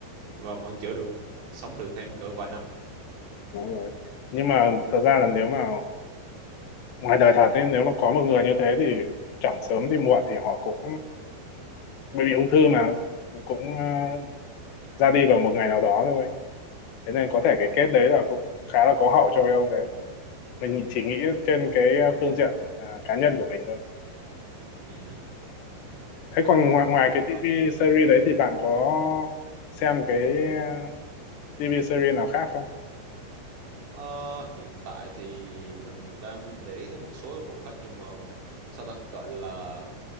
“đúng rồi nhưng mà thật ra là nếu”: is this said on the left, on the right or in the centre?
Left